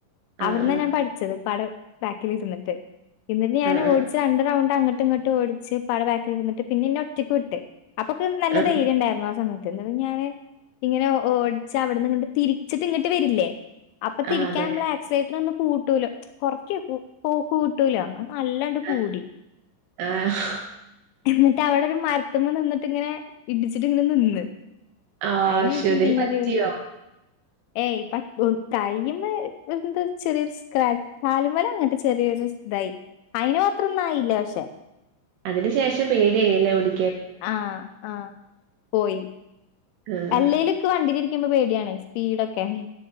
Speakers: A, on the right (about 75°); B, on the left (about 80°).
A: ആഹ്
B: അവിടന്ന ഞാൻ പഠിച്ചത് പട ബാക്കിൽിരുന്നിട്ട് എന്നിട്ട് ഞാൻ
A: ആഹ് ആഹ്
B: ഓ രണ്ട് റൗണ്ട് അങ്ങോട്ട് ഇങ്ങട്ട് ഓടിച്ച് പാട ബാക്കിലിന്നിട്ട് പിന്നെന്ന ഒറ്റക്ക് വിട്ട് അപ്പൊക്ക നല്ല
A: ആഹ്
B: ധൈര്യം ഉണ്ടായിരുന്നു ആ സമയത്ത്. മ ഞാാന് ഇങ്ങനെ ഓടിച്ച് അവിടന്ന് ഇങ്ങോട്ട് തിരിച്ചിട്ട് ഇങ്ങട്ട് വരില്ലേ അപ്പൊ
A: ആഹ്
B: തിരിക്കാനുള്ള
A: അതെ
B: ആക്സൈിന ഒ കൂട്ടൂല കൊറച്ച പോ കൂട്ടൂല നല്ല
A: ആഹ്
B: കൂടി
A: ആഹ്
B: എന്നിട്ട് അവിടെരു മരത്തുമ നിന്നിട്ടിങ്ങനെ ഇടിച്ചിട്ട് ഇങ്ങനെ നിന്ന്
A: ആഹ്
B: അതിനേഷം
A: ശോ ഇതില്
B: പിന്നരു
A: പറ്റിയോ
B: ഏയ് പ തയ്യമ്മ എന്ത ചെറിയൊരു സ്ക്രാച്ച് പാലി മല അങ്ങനട്ട് ചെറിയൊരു തൈ അയിന് മാത്രൊന്നും ആയില്ല പക്ഷെ.
A: അതിനന് ശേഷം പേടിയ യില്ലേ ഓടി
B: ആഹ ആഹ പോയി.
A: ആഹ്
B: അല്ലലൊക്ക് വണ്ടി ഇരിക്കുമ്പോ പേടിയാണേ സ്പീഡൊക്കെ